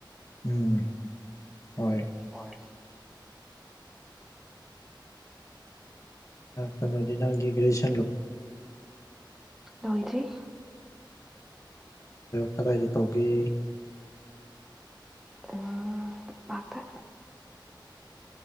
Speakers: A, on the left; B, in the centre.
A: ꯎꯝ ꯍꯣꯏ
B: ꯍꯣꯏ
A: ꯀꯩꯅꯣꯗꯤ ꯅꯪꯒꯤꯒ꯭ꯔꯦꯁ
B: ꯂꯣꯏꯁꯤ
A: ꯀꯗꯥꯏꯗ ꯇꯧꯒꯦ
B: ꯇꯝꯄꯥꯛꯇ